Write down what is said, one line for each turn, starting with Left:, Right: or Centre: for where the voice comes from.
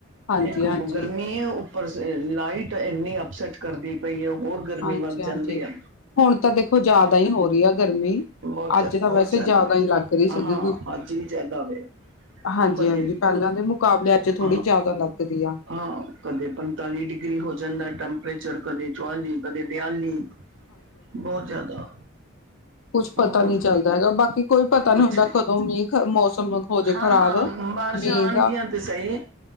Left: ਹਾਂਜੀ
Right: ਇੱਕ
Left: ਹਾਂਜੀ
Right: ਗਰਮੀ ਹੈ ਉੱਪਰ ਲਾਈਟ ਇੰਨੀ ਅਪਸੈਟ ਕਰਦੀ ਪਈ ਹੈ। ਹੋਰ ਗਰਮੀ
Left: ਹਾਂਜੀ
Right: ਵੱਧ
Left: ਹਾਂਜੀ
Right: ਜਾਂਦੀ ਹੈ।
Left: ਹੁਣ ਤਾਂ ਦੇਖੋ ਜ਼ਿਆਦਾ ਹੀ ਹੋ ਰਹੀ ਹੈ ਗਰਮੀ।
Right: ਬਹੁਤ ਜ਼ਿਆ-
Left: ਅੱਜ ਤਾਂ
Right: ਬਹੁਤ
Left: ਵੈਸੇ ਜ਼ਿਆਦਾ ਹੀ ਲੱਗ ਰਹੀ ਸੀਗੀ।
Right: ਹਾਂ ਅੱਜ ਵੀ ਜ਼ਿਆਦਾ ਹੋਵੇ
Left: ਹਾਂਜੀ-
Right: ਕਦੇ
Left: ਹਾਂਜੀ। ਪਹਿਲਾਂ ਦੇ ਮੁਕਾਬਲੇ ਅੱਜ ਥੋੜ੍ਹੀ
Right: ਹਾਂ
Left: ਜਿਆਦਾ ਲੱਗਦੀ ਆ।
Right: ਹਾਂ। ਕਦੇ ਪੰਤਾਲੀ ਡਿਗਰੀ ਹੋ ਜਾਂਦਾ ਟੈਂਪਰੇਚਰ ਕਦੇ ਚੁਵੀ, ਕਦੇ ਦਿਆਲੀ। ਬਹੁਤ ਜ਼ਿਆਦਾ।
Left: ਕੁਛ ਪਤਾ
Right: ਹੋਰ
Left: ਨਹੀਂ ਚੱਲਦਾ ਹੈਗਾ ਬਾਕੀ ਕੋਈ ਪਤਾ
Right: ਕੁਛ
Left: ਨਹੀਂੀ ਹੁੰਦਾ ਕਦੋਂ ਵੀ ਮੌਸਮ ਹੋਜੇ ਖ਼ਰਾਬ।
Right: ਹਾਂ ਹਾਂ ਬਾਰਿਸ਼ਾਂ
Left: ਮੀਂਹ
Right: ਆਉਣਗੀਆਂ
Left: ਦਾ
Right: ਤੇ ਸਹੀ।